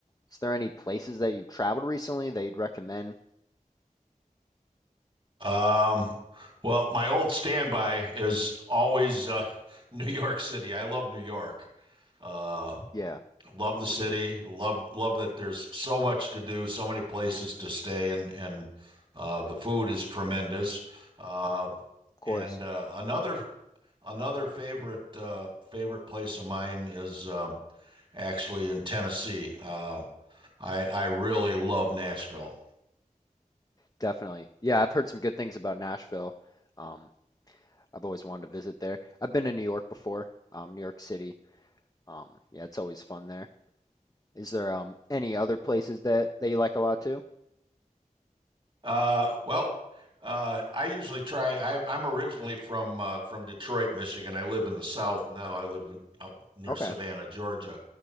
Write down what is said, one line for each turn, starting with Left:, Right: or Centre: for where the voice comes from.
Left: Is there any places that you've traveled recently that you'd recommend?
Right: Um, well, my old standby is always uh, <laughs> New York City. I love New York. Uh,
Left: Yeah,
Right: love the city.
Left: for sure.
Right: Love love that there's so much to do, so many places to stay, and and uh, the food is tremendous. Uh,
Left: Of course.
Right: and uh, another another favorite uh, favorite place of mine is um, actually in Tennessee. Uh, I I really love Nashville.
Left: Definitely. Yeah, I've heard some good things about Nashville. Um, I've always wanted to visit there. I've been to New York before, um, New York City. Um, yeah, it's always fun there. Is there um any other places that that you like a lot too?
Right: Uh, well, uh, I usually try. I, I'm originally from uh, from Detroit, Michigan. I live in the South now. I live in, out near
Left: Okay.
Right: Savannah, Georgia,